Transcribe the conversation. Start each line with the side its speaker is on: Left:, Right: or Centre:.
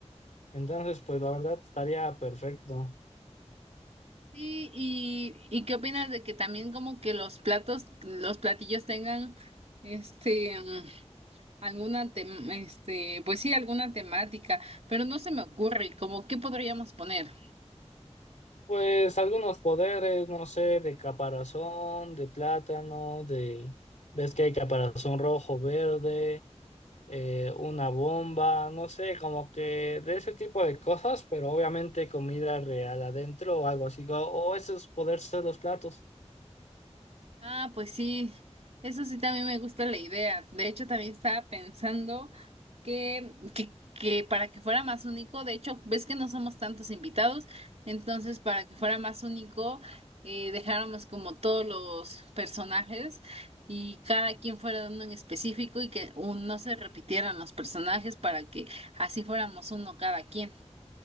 Left: Entonces, pues la verdad estaría perfecto.
Right: Sí, y, ¿y qué opinas de que también como que los platos, los platillos tengan este mm, alguna tem- este, pues sí, alguna temática, pero no se me ocurre, como qué podríamos poner?
Left: Pues algunos poderes, no sé, de caparazón, de plátano, de... Ves que hay caparazón rojo, verde, eh, una bomba, no sé, como que de ese tipo de cosas, pero obviamente comida real adentro o algo así, o, o esos poderes de los platos.
Right: Ah, pues sí, eso sí también me gusta la idea. De hecho, también estaba pensando que, que, que para que fuera más único, de hecho, ves que no somos tantos invitados, entonces para que fuera más único, eh, dejáramos como todos los personajes y cada quien fuera de uno en específico y que un- no se repitieran los personajes para que así fuéramos uno cada quien.